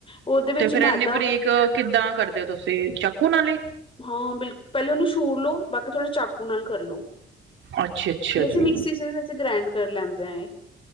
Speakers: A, on the left (about 25°); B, on the right (about 70°).
A: ਉਹਦੇ ਵਿੱਚ
B: ਤੇ ਫੇਰ ਇਨੀ
A: ਮੈਦਾ
B: ਬਰੀਕ। ਕਿੱਦਾਂ ਕਰਦੇ ਹੋ ਤੁਸੀਂ ਚਾਕੂ ਨਾਲ ਹੀ।
A: ਹਾਂ ਹਾਂ ਬਿਲਕੁਲ ਪਹਿਲੇ ਉਹਨੂੰ ਛੂਰ ਲੋ ਬਾਕੀ ਥੋੜੇ ਚਾਕੂ ਨਾਲ ਕਰਲੋ।
B: ਅੱਛਾ ਅੱਛਾ
A: ਵੀ ਅਸੀਂ
B: ਜੀ
A: ਮਿਕਸੀ 'ਚ ਵੀ ਵਿੱਚ ਗ੍ਰੈਂਡ ਕਰ ਲੈਂਦੇ ਹਾਂ ਇਹ।